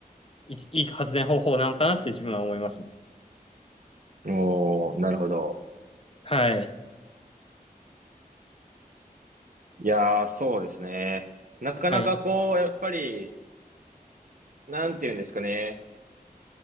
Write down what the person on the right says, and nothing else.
おー、なるほど。
いやー、そうですね。なかなかこう、
やっぱり、なんていうんですかね。